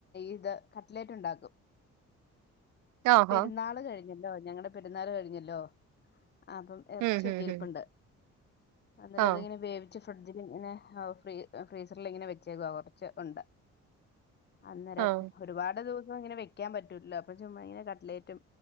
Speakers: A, on the left; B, on the right.
A: ഇത് കട്ട്ലേറ്റ് ഉണ്ടാക്കും.
B: <unintelligible> ആഹാ
A: പെരുന്നാള് കഴിഞ്ഞല്ലോ. ഞങ്ങടെ പെരുന്നാള് കഴിഞ്ഞല്ലോ അപ്പം ഇറച്ചി
B: ഉം ഉം
A: ക്കെരിപ്പുണ്ട്.
B: ഉം
A: അന്നേരം
B: ആഹ്
A: അതങ്ങനെ വേവിച്ച ഫ്രി ഡ്ജിൽ ഇങ്ങനെ ഫ്രീസറിൽ ഇങ്ങനെ വെച്ചേക്കുവ കുറച്ച്ണ്ട്. അന്നേരം
B: ആഹ്
A: ഒരുപാട് ദിവസം ഇങ്ങനെ വെക്കാൻ പറ്റൂലോ അപ്പൊ ചുമ്മാ ഇങ്ങനെ ക കട്ട്ലറ്റും